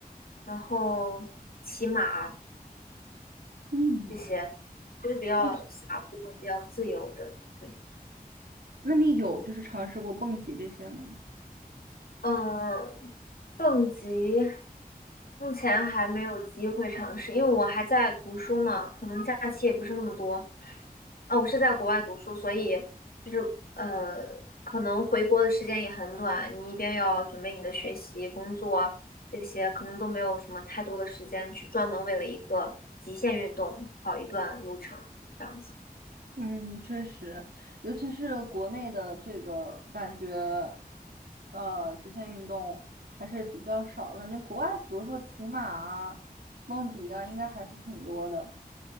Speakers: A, on the left; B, on the right.
A: 然后骑马。
B: 嗯，
A: 这些，就是比较洒脱、
B: 就是
A: 比较自由的。对，
B: 那你有就是尝试过蹦极这些吗？
A: 嗯，蹦极目前还没有机会尝试，因为我还在读书嘛，可能假期也不是那么多。啊，我是在国外读书，所以就是呃，可能回国的时间也很短。你一边要准备你的学习、工作这些，可能都没有什么太多的时间去专门为了一个极限运动跑一段路程这样子。
B: 嗯，确实，尤其是国内的这个感觉，呃，极限运动还是比较少的感觉国外，比如说骑马啊、蹦迪啊，应该还是挺多的。